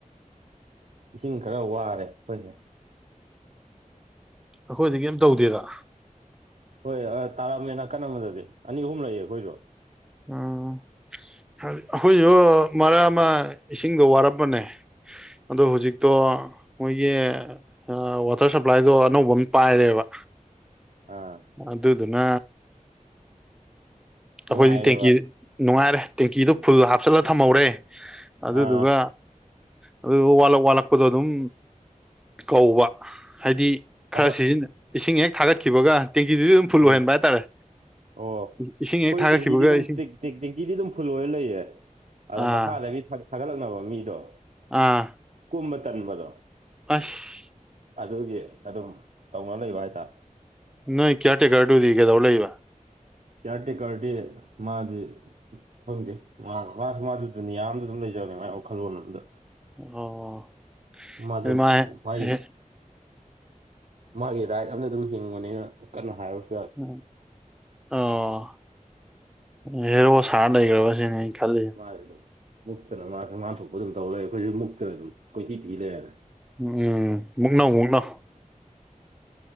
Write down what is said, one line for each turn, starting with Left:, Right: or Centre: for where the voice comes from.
Right: ꯏꯁꯤꯡ ꯈꯔ ꯋꯥꯔꯦ ꯑꯩꯈꯣꯏꯁꯦ
Centre: ꯑꯩꯈꯣꯏꯗꯤ ꯀꯩꯝ ꯇꯧꯗꯦꯗ
Right: ꯍꯣꯏ ꯑꯥ ꯇꯥꯔꯥꯝꯃꯦ ꯅꯥꯀꯟ ꯑꯃꯗꯗꯤ ꯑꯅꯤ ꯑꯍꯨꯝ ꯂꯩꯌꯦ ꯑꯩꯈꯣꯏꯖꯨ
Centre: ꯎꯝ ꯑꯩꯈꯣꯏꯁꯨ ꯃꯔꯛ ꯑꯃ ꯏꯁꯤꯡꯗꯣ ꯋꯥꯔꯛꯄꯅꯦ ꯑꯗꯣ ꯍꯧꯖꯤꯛꯇꯣ ꯃꯣꯏꯒꯤ ꯑ ꯋꯥꯇꯔ ꯁꯄ꯭ꯂꯥꯏꯗꯣ ꯑꯅꯧꯕ ꯑꯃ ꯄꯥꯏꯔꯦꯕ
Right: ꯑꯥ
Centre: ꯑꯗꯨꯗꯨꯅ
Right: ꯅꯨꯡꯉꯥꯏꯔꯦꯕ
Centre: ꯑꯩꯈꯣꯏꯗꯤ ꯇꯦꯡꯀꯤ ꯅꯨꯡꯉꯥꯏꯔꯦ ꯇꯦꯡꯀꯤꯗꫭ ꯐꯨꯜ ꯍꯥꯞꯆꯜꯂ ꯊꯝꯍꯧꯔꯦ ꯑꯗꯨꯗꯨꯒ
Right: ꯑꯥ
Centre: ꯑꯗꯨꯗꯨꯒ ꯋꯥꯠꯂꯛ ꯋꯥꯠꯂꯛꯄꯗꯣ ꯑꯗꯨꯝ ꯀꯧꯕ ꯍꯥꯏꯗꯤ ꯈꯔ
Right: ꯑꯍꯣꯏ
Centre: ꯁꯤꯖꯤꯟ ꯏꯁꯤꯡ ꯍꯦꯛ ꯊꯥꯒꯠꯈꯤꯕꯒ ꯇꯦꯡꯀꯤꯗꯨꯗꯤ ꯑꯗꯨꯝ ꯐꯨꯜ
Right: ꯎꯝ
Centre: ꯑꯣꯏꯍꯟꯕ ꯍꯥꯏꯇꯥꯔꯦ
Right: ꯑꯣ ꯑꯩꯈꯣꯏ
Centre: ꯏꯁꯤꯡ ꯍꯦꯛ ꯊꯥꯒꯠꯈꯤꯕꯒ
Right: ꯇꯦꯡꯀꯤꯗꯤ ꯑꯗꯨꯝ
Centre: ꯏꯁꯤꯡ
Right: ꯇꯦꯡꯀꯤꯗꯤ ꯑꯗꯨꯝ ꯐꯨꯜ ꯑꯣꯏꯔ ꯂꯩꯌꯦ ꯑꯗ
Centre: ꯑꯥ
Right: ꯃꯈꯥꯗꯒꯤ ꯊꯒꯠ ꯊꯒꯠꯂꯛꯅꯕ ꯃꯤꯗꯣ
Centre: ꯑꯥ
Right: ꯀꯨꯝꯕ ꯇꯟꯕꯗꯣ
Centre: ꯑꯁ
Right: ꯑꯗꯨꯒꯤ ꯑꯗꯨꯝ ꯇꯧꯅ ꯂꯩꯕ ꯍꯥꯏꯇꯥꯔꯦ
Centre: ꯅꯣꯏ ꯀꯦꯌꯥꯔ ꯇꯦꯀꯔꯗꯨꯗꯤ ꯀꯩꯗꯧ ꯂꯩꯩꯕ
Right: ꯀꯦꯌꯥꯔ ꯇꯦꯀꯔꯗꯤ ꯃꯥꯗꯤ ꯈꯪꯗꯦ ꯃꯥ ꯃꯥꯁꯨ ꯃꯥꯁꯨ ꯗꯨꯅꯤꯌꯥ ꯑꯗ ꯑꯗꯨꯝ ꯂꯩꯖꯕꯅꯦ ꯃꯥꯏ ꯋꯥꯈꯜꯂꯣꯟ ꯑꯝꯗ
Centre: ꯑꯣ
Right: ꯃꯗꯨ
Centre: ꯑꯗꯨ ꯃꯥ ꯍꯦ
Right: ꯃꯥꯏ
Centre: ꯍꯦ
Right: ꯃꯥꯒꯤ ꯔꯥꯏꯠ ꯑꯝꯗ ꯑꯗꯨꯝ ꯍꯤꯡꯕꯅꯤꯅ ꯀꯟꯅ ꯍꯥꯏꯔꯁꯨ
Centre: ꯎꯝ ꯑꯣ ꯍꯦꯔꯣ ꯁꯥꯔ ꯂꯩꯈ꯭ꯔꯕꯁꯤꯅꯦ ꯈꯜꯂꯤ
Right: ꯃꯥꯁꯦ ꯑꯗꯨꯝ ꯃꯨꯛꯇꯅ ꯃꯥꯁꯦ ꯃꯥꯝ ꯊꯣꯛꯄ ꯑꯗꯨꯝ ꯇꯧ ꯂꯩꯔꯦ ꯑꯩꯈꯣꯏꯁꯨ ꯃꯨꯛꯇꯅ ꯑꯗꯨꯝ ꯀꯣꯏꯊꯤ ꯊꯤ ꯂꯩꯔꯅ
Centre: ꯎꯝ ꯎꯝ ꯃꯨꯛꯅꯧ ꯃꯨꯛꯅꯧ